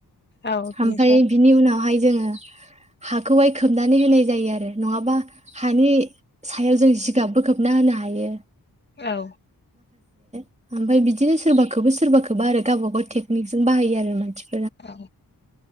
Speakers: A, on the left (about 25°); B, on the right (about 15°).
A: औ बिनिफ्राय
B: ओमफ्राय बिनि उनावहाय जोङो हाखौहाय खोबनानै होनाय जायो आरो नङाबा हानि सायाव जों जिगाबबो खोबना होनो हायो
A: औ
B: ओमफफ्राय बिदिनो सोरबाखौबो सोरबाखौबो आरो गावबा गाव टेकनिकजों बाहायो आरो मानसि
A: औ